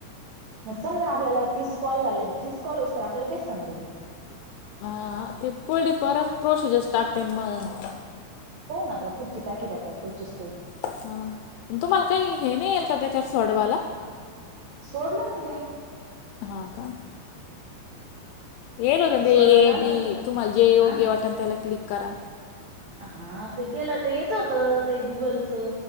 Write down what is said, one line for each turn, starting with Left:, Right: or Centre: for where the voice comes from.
Right: समजा ना आपल्याला तीस कॉल झाले, तीस कॉल हुसतर आपल्याला काहीच समजत नाही.
Left: हाहा ते, पर्ढ परत प्रोसिजर टाकस्तेण मग.
Right: हो ना आता पुढची टाकी टाकाय प्रोसेस काही.
Left: हा, तुम्हाला काही हे नाही आलं का त्याच्यावर सोडवाला.
Right: सोडलं मी ते.
Left: हां का. केल होतं
Right: ती सोडवायला
Left: ए,
Right: आलत
Left: बी
Right: का
Left: तुम्हाला जे योगी
Right: अ
Left: वाटन त्याला क्लिक करा.
Right: हा ते केलं ते याच होतं ते गुगलचं.